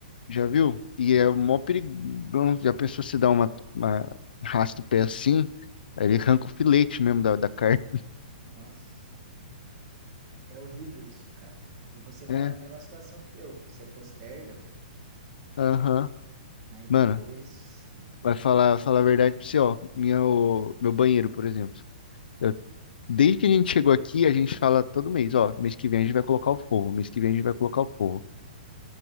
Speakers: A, on the left (about 70°); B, on the right (about 25°).
A: Já viu? E é mó perigão. Já pensou se dá uma, uma raspa o pé assim? Aí Ele arranca o filete mesmo da, da carne.
B: Nossa. É horrível isso, cara. E você tá
A: É,
B: na mesma situação que eu. Você posterga, velho.
A: aham.
B: Aí depois.
A: Mano, vai falar, falar a verdade pra você, ó. Minha, o- meu banheiro, por exemplo. Eu- desde que a gente chegou aqui, a gente fala todo mês, ó. Mês que vem a gente vai colocar o forro. Mês que vem a gente vai colocar o forro.